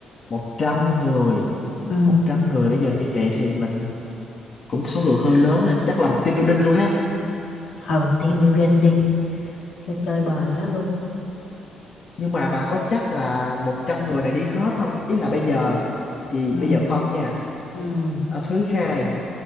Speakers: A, on the left (about 45°); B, on the left (about 75°).
A: 100 người
B: Ừ,
A: một trăm người bây giờ như vậy thì mình cũng số lượng hơi lớn rồi chắc làm team building luôn ha
B: ừ, team building đi cho chơi bời đó luôn
A: nhưng mà bà có chắc là 100 người này đi hết không ý là bây giờ gì
B: ừ
A: bây giờ phân nha
B: Ừ.
A: Ờ, thứ hai